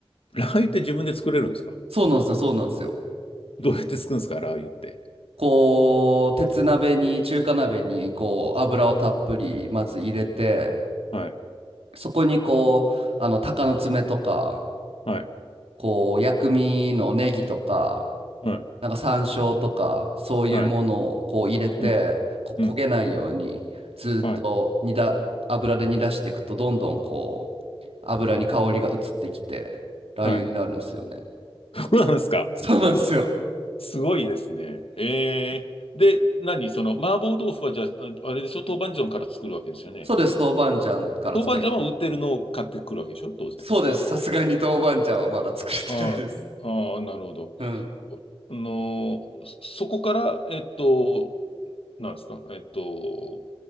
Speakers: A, on the left (about 70°); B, on the right (about 75°).
A: ラー油って自分で作れるんですか
B: そうなんですよ、そうなんですよ。
A: どうやって作るんですかラー油って。
B: こう、鉄鍋に、中華鍋に、こう、油をたっぷり、まず入れて、
A: はい。
B: そこにこう、あの、鷹の爪とか、
A: はい。
B: こう、薬味のネギとか、
A: うん。
B: なんか山椒とか、そういうものをこう入れて、
A: はい。うん。
B: こう焦げないように、
A: うん。
B: ずっと煮だ、
A: はい。
B: 油で煮出していくと、どんどんこう、油に香りが移ってきて、ラー油になるんですよね。
A: はい。どうなんですか
B: そうなんですよ。
A: すごいですね。ええで、何その、麻婆豆腐はじゃあ、ああれでしょ豆板醤から作るわけですよね。
B: そうです、豆板醤から作ります。
A: 豆板醤は売ってるのを買ってくるわけでしょ当然。
B: そうです、さすがに豆板醤はまだ作れてないです。
A: うんああ、ああ、なるほど。
B: うん、
A: あのーそそこから、えっと、なんですかえっと、